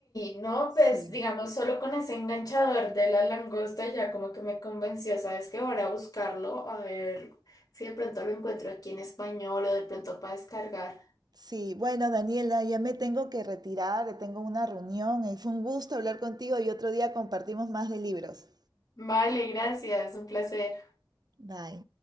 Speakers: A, on the left; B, on the right.
A: no,
B: Sí.
A: pues digamos, solo con ese enganchador de la langosta ya como que me convenció, ¿sabes qué? Voy a buscarlo, a ver si de pronto lo encuentro aquí en español o de pronto para descargar.
B: Sí, bueno, Daniela, ya me tengo que retirar, tengo una reunión. Eh, Fue un gusto hablar contigo y otro día compartimos más de libros.
A: Vale, gracias, un placer.
B: Bye.